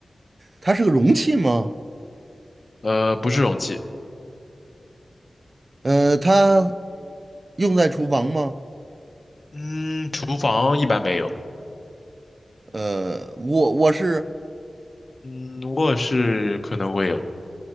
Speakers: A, on the right; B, on the left.
A: 它是个容器吗？
B: 呃，不是容器。
A: 呃，它用在厨房吗？
B: 嗯，厨房一般没有。
A: 呃，我我是。
B: 嗯，卧室可能会有，